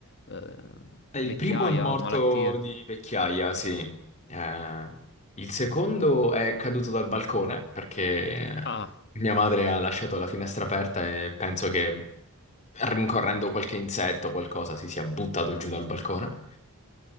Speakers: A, on the left (about 50°); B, on the left (about 30°).
A: eh,
B: eh, il
A: vecchiaia
B: primo è morto
A: o malattie?
B: di vecchiaia, sì. Eh, il secondo è caduto dal balcone perché
A: Ah,
B: mia madre ha lasciato la finestra aperta e penso che rincorrendo qualche insetto o qualcosa si sia buttato giù dal balcone.